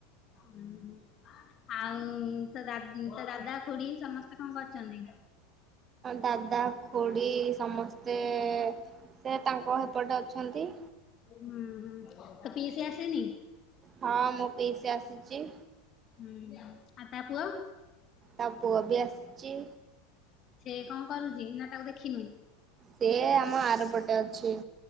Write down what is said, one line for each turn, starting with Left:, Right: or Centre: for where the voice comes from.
Left: ହୁଁ, ହୁଁ। ଆଉ ତୋ ଦାଦ ତୋ ଦାଦା, ଖୁଡ଼ି ସମସ୍ତେ କଣ କରୁଛନ୍ତି?
Right: ଦାଦା, ଖୁଡ଼ି ସମସ୍ତେ ସେ ତାଙ୍କ ହେପଟେ ଅଛନ୍ତି।
Left: ହୁଁ ତୋ ପିସି ଆସି ନି?
Right: ହଁ ମୋ ପିଇସି ଆସିଚି।
Left: ହୁଁ ଆ ତା ପୁଅ?
Right: ତା ପୁଅ ବି ଆସିଚି।
Left: ସେ କଁ କରୁଛି ନା ତାକୁ ଦେଖିନୁ?
Right: ସିଏ ଆମ ଆର ପଟେ ଅଛି।